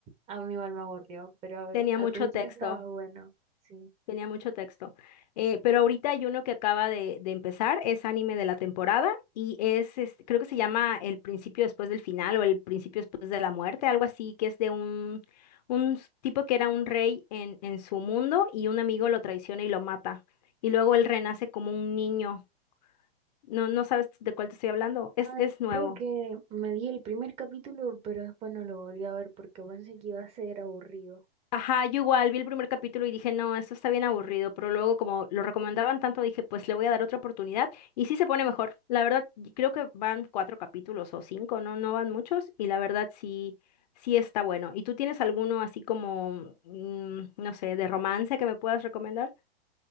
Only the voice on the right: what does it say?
A mí igual me aburrió, pero
al
principio
estaba bueno. Sí.
Ay,
creo que me vi el primer capítulo, pero después no lo volví a ver porque pensé que iba a ser aburrido.